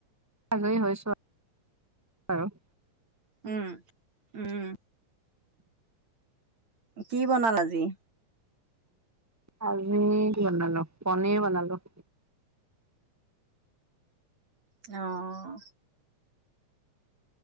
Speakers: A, in the centre; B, on the right.
A: আজৰি হৈছোঁ আৰু বাৰু
B: উম উম কি বনাল আজি
A: আজি বনালো, পনীৰ বনলো।
B: অ'।